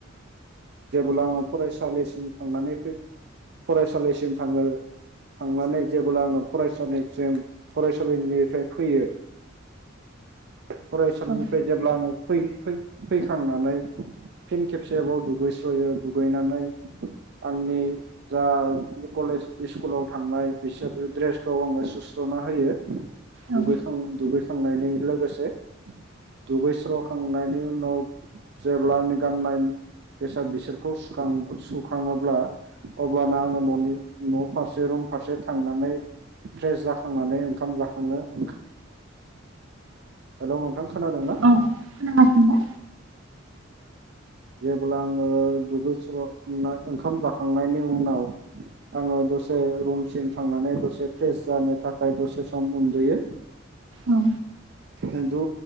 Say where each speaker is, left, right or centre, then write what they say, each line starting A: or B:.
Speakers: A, on the right; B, on the right.
A: जेब्ला आङो फरायसालिम थांनानै फै फसालिसिम आङो थांनानै जेब्ला आङो फरायसालिसिम फरायसालिनिफ्राय फैयो फरायसालिनिफ्राय
B: औ
A: जेब्ला आङो फै-फै-फैखांनानै फिन खेबसेबाव दुगैस्र'यो दुगैनानै आंनि जा कलेज इस्कुलाव थांनाय बिसोरनि ड्रेसखौ आङो सुस्र'ना होयो दुगैखां
B: औ
A: दुगैखां खांनायनि लोगोसे दुगैस्र'खांनायनि उनाव जेब्ला आंनि गाननाय बेसाद बिसोरखौ सुखां सुखाङोब्ला अब्लाना आङो न'नि न' फारसे रुम फारसे थांनानै फ्रेस जाखांनानै ओंखाम जाखाङो ओंखा- हेलौ नोंथां खोनादों ना
B: औ खोनागासिनो
A: जेब्ला आङो दुगैस्र ओंखाम जाखांनायनि उनाव आङो दसे रुमसिम थांनानै दसे फ्रेस जानो थाखाय दसे सम उन्दुयो
B: औ
A: उन्दु